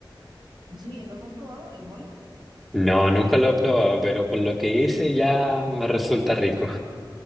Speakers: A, on the right; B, in the centre.
A: sí, ¿los has probado? ¿El mole?
B: No, nunca lo he probado, pero por lo que hice ya me resulta rico.